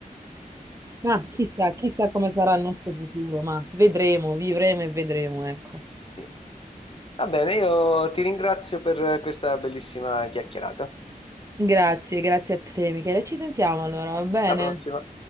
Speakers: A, on the right (about 20°); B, on the left (about 40°).
A: ma chissà, chissà come sarà il nostro futuro, ma vedremo, vivremo e vedremo, ecco.
B: Sì. Va bene, io ti ringrazio per questa bellissima chiacchierata.
A: Grazie, grazie a te, Michele. Ci sentiamo allora, va bene?
B: Alla prossima.